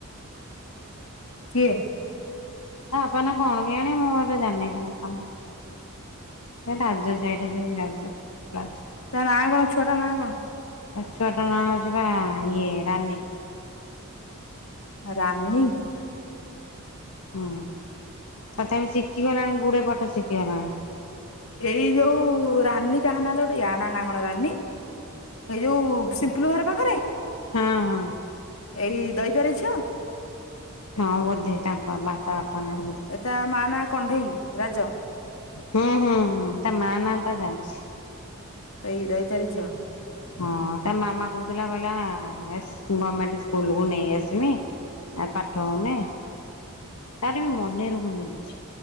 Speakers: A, on the left; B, on the left.
A: କିଏ
B: ବାପା ନା କଣ କି ଆଣଣି ମୁଁୋ ଜାେଇଦବ ବାପା ନା ରାଜ୍ୟ ଚାଇଟ ସେ ରାଜ୍ୟ ରାଜ୍ୟ
A: ତା ନା କଣ ଛୁଆଟା ନାଁ କଣ
B: ଆ ଛୁଆଟା ନାଁ ହଉଛି ବା ଇଏ ରାନୀ
A: ରାନୀ
B: ହୁଁ ତଥାପି ଶିଖିଗଲାଣି ଗୁଡେ ପାଠ ଶିଖିଗଲାଣି
A: ଏଇ ଯୋଉ ରାନୀ ଯାହା ନା ଗୋଟେ ୟା ନା ନାାଗଣ ରାନୀ ଏଇ ଯୋଉ ସିମ୍ପଲୁ ଘର ପାଖରେ
B: ହଁ ହଁ
A: ଏଇ ଦଇତାରେ ଝିଅ
B: ହଁ ବୋଧେ କଙ୍କ ବାତାପଣ
A: ଏଟ ମା ନାଁ କଣ୍ଢେଇ ରାଜ
B: ହୁଁ ହୁଁ ହୁଁ ତା ମା ନା ଟା ଜାଣିଛି
A: ସେଇ ଦହ ତାରିଖ ଯଝଅ
B: ହଁ ତା ମାମା କହୁଥିଲା କହିଲ ଗଭର୍ମେଣ୍ଟ ସ୍କୁଲ କୁ ନେଇ ଆସିବି ଆ ପାଠ ହଉନି ତାର ବି ମନେ ରହୁନି କିଛି